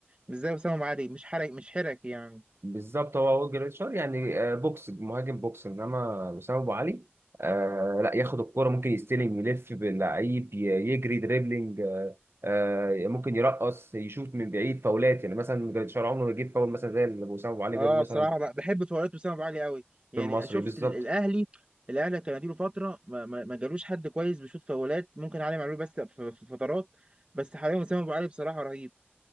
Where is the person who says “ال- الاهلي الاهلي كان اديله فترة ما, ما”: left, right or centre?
Right